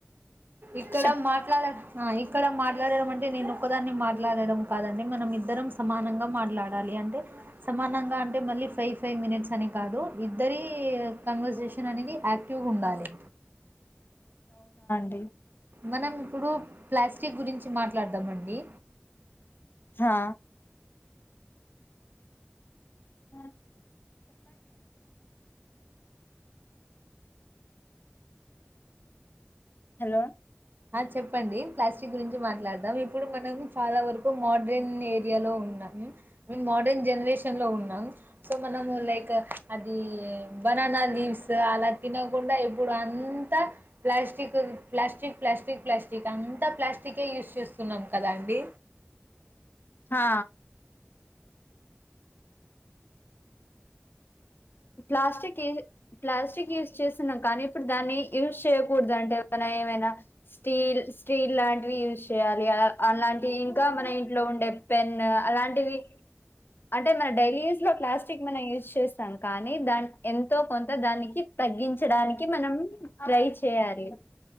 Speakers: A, on the right; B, on the left.
A: ఇక్కడ
B: చెప్
A: మాట్లాడ ఇక్కడ మాట్లాడడం. అంటే నేను ఒకదాన్ని మాట్లాడడం కాదండి. మనం ఇద్దరం సమానంగా మాట్లాడాలి. అంటే సమానం గా అంటే మళ్ళీ ఫైవ్ ఫైవ్ మినిట్స్ అని కాదు. ఇద్దరి కన్వర్సేషన్ అనేది యాక్టివ్గా ఉండాలి.
B: ఏం
A: మనం ఇప్పుడు ప్లాస్టిక్ గురించి మాట్ లాడద్దామండి.
B: హా ఆ హలో
A: ఆ చెప్పండి ప్లాస్టిక్ గురించి మాట్లాడదాం ఇప్పుడు మనం చాలా వరకు మోడ్రన్ ఏరియాలో ఉన్నాం. మేం మోడ్రన్ జనరేషన్ లో ఉన్నాం. సో మనము లైక్ అది బనానా లీవ్స్ అలా తినకుండా ఇప్పుడు అంతా ప్లాస్టిక్ ప్లాస్టక్ ప్లాస్టిక్ ప్లాస్టిక్ అంతా ప్లాస్టికే యూస్ చేస్తున్నాం. కదా అండి
B: హా ప్లాస్టిక్ ప్లాస్టిక్ యూస్ చేస్తున్నం. కానీ ఇప్పుడు దాన్ని యూజ్ చేయకూడదు. అంటే మన ఏమైనా స్టీల్ స్టీల్ లాంటివి యూజ్ చేయాలి. అ అలాంటివి ఇంకా మన ఇంట్లో ఉండే పెన్ అలాంటివి. అంటే మన డైలీ యూస్ లో ప్లాస్టిక్ మనం యూజ్ చేస్తాం. కానీ ఎంతో కొంత దానికి తగ్గించడానికి మనం ట్రై చేయాలి.